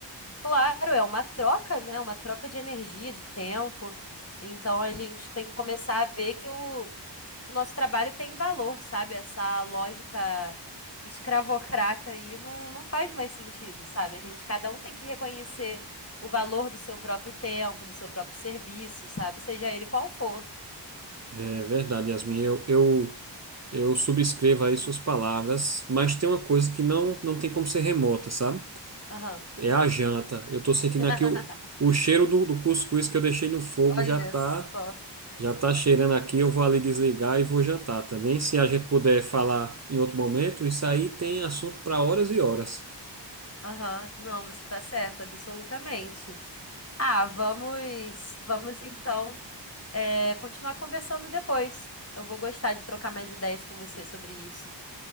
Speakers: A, on the left (about 35°); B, on the right (about 35°).
A: Claro, é uma troca, né? Uma troca de energia, de tempo. Então a gente tem que começar a ver que o o nosso trabalho tem valor, sabe? Essa lógica escravocrata aí não, não faz mais sentido, sabe? A gente, cada um tem que reconhecer o valor do seu próprio tempo, do seu próprio serviço, sabe? Seja ele qual for.
B: É verdade, Yasmin. Eu, eu, eu subscrevo aí suas palavras, mas tem uma coisa que não,
A: Uhum.
B: não tem como ser remota, sabe?
A: Aham.
B: É a janta. Eu tô sentindo
A: <laughs>
B: aqui o, o cheiro do, do cuscuz que eu deixei no fogo
A: Olha
B: já tá,
A: só.
B: já tá cheirando aqui. Eu vou ali desligar e vou jantar também. Se a gente puder falar em outro momento, isso aí tem assunto para horas e horas.
A: Aham. Não, você tá certa, absolutamente. Ah, vamos, vamos então é, continuar conversando depois. Eu vou gostar de trocar mais ideias com você sobre isso.